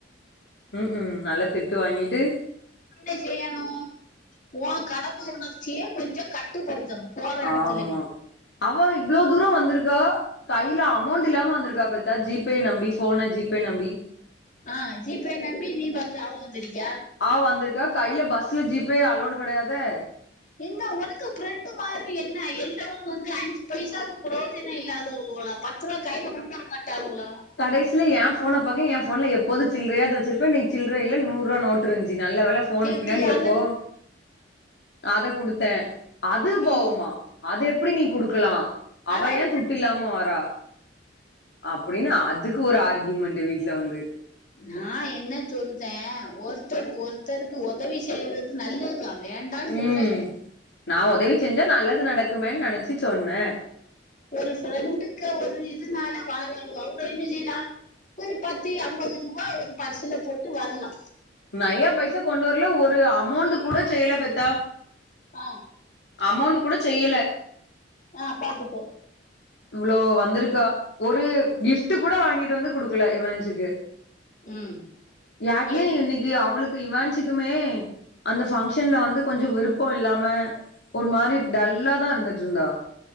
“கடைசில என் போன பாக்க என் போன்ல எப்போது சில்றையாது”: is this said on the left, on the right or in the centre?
Left